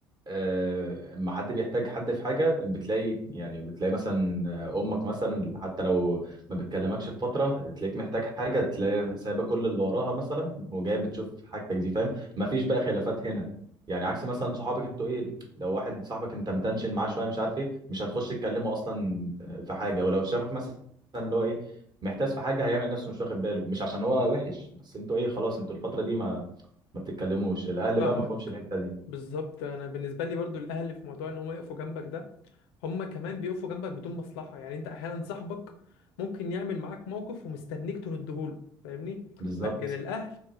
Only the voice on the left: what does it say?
فاهمك
بالظبط انا بالنسبه لي برضو الاهل في موضوع ان هم يقفوا جنبك ده هم كمان بيقفوا جنبك بدون مصلحه يعني انت احيانا صاحبك ممكن يعمل معاك موقف ومستنيك تردهوله فاهمني
لكن الاهل